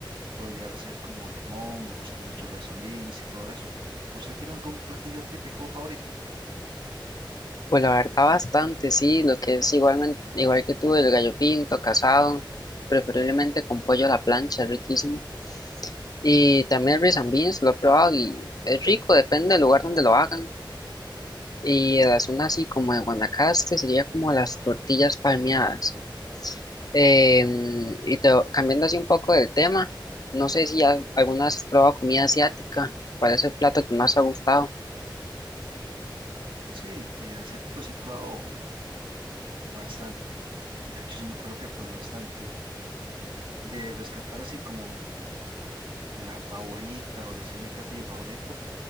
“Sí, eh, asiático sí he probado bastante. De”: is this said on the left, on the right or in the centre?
Right